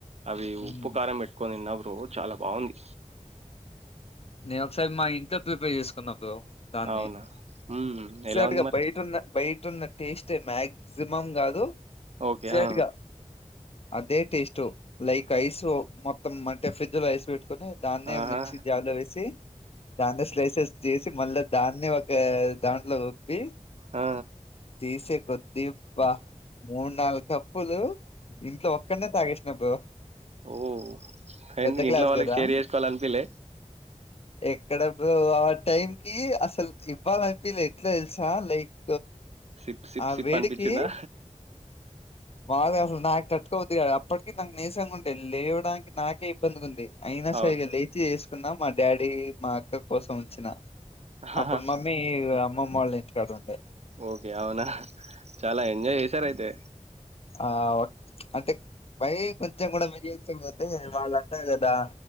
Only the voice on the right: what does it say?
అవి
ఉప్పు కారం పెట్టుకొని తిన్నప్పుడు చాలా బాగుంది
అవునా? హ్మ్.
ఎలా ఉంది
మరి?
ఓకే
ఆ
ఆహా!
ఆ
ఓ
ఎందుకు
ఇంట్లో వాళ్ళకి
షేర్ చేసుకోవాల అనిపిల్లే
సిప్ సిప్
సిప్
అనిపించిందా
అవును
ఆహాహా!
ఓకే అవునా చాలా ఎంజాయ్ చేసార అయితే